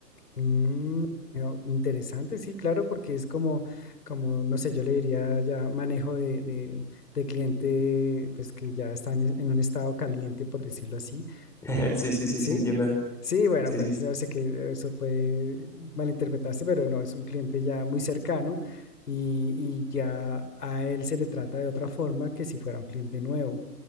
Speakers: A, on the left (about 65°); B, in the centre.
A: Mm, eh, o- interesante, sí, claro, porque es como, como, no sé, yo le diría ya manejo de, de, de cliente, pues que ya están en en un estado caliente, por decirlo así.
B: <laughs> <laughs>
A: Eh, mm,
B: Sí, sí, sí,
A: mm, Sí,
B: sí, entiendo.
A: sí, bueno,
B: Sí,
A: pues
B: sí.
A: yo sé que eso puede malinterpretarse, pero no, es un cliente ya muy cercano y, y ya a él se le trata de otra forma que si fuera un cliente nuevo.